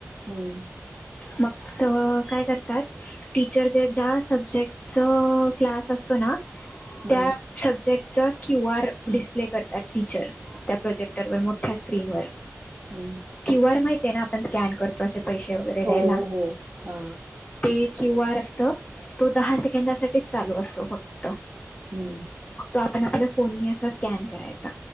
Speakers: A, on the right; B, on the left.
A: हम्म.
B: मग त काय करतात. टीचर जा सब्जेक्ट क्लास असतो ना
A: हम्म
B: त्या. सब्जेक्टचा क्यू आर डिस्प्ले करता टीचर. त्या प्रोजेक्टर व मोठ्या स्क्रीन वर.
A: हम्म हम्म.
B: क्यू आर माहिती आहे ना, आपण स्कॅन करतो पैसे वगैरे द्यायला.
A: हो हो हा
B: ते क्यू आर असत तो दहा सेकंदासाठीच चालू असतो फक्त.
A: हम्म हम्म.
B: तो आपण आपल्या फोन असा स्कॅन करायचा.